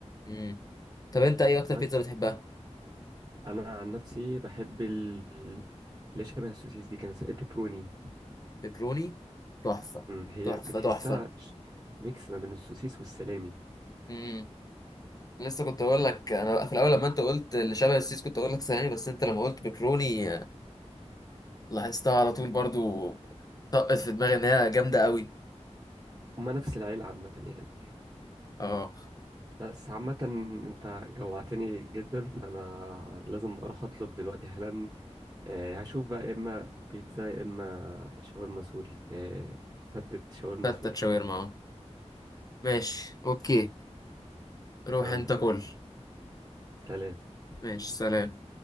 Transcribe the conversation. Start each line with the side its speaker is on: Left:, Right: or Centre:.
Left: امم طب انت ايه اكتر
Right: بس
Left: بيتزا بتحبها
Right: أنا عن نفسي بحب ال اللي شبه السوسيس دي كانت اسمها بيبروني
Left: بيبروني تحفه
Right: هي
Left: تحفه
Right: بتحسها
Left: تحفه
Right: ش- ميكس ما بين السوسيس والسلامي
Left: امم لسه كنت اقول لك انا في الاول لما انت قلت اللي شبه السيس كنت اقول لك ثواني بس انت لما قلت بكروني لاحظتها على طول برضو طقت في دماغي ان هي جامده قوي
Right: هما نفس العيلة عامة يعني
Left: اه
Right: بس عامة انت جوعتني جدا فانا لازم اروح اطلب دلوقتي حالا آه، هشوف بقى يا اما بيتزا يا اما شاورما سوري آه، فتت شاورما
Left: فتت
Right: سوري
Left: شاورما اه ماشي اوكي روح
Right: يلا
Left: انت كل
Right: يلا سلام
Left: ماشي سلام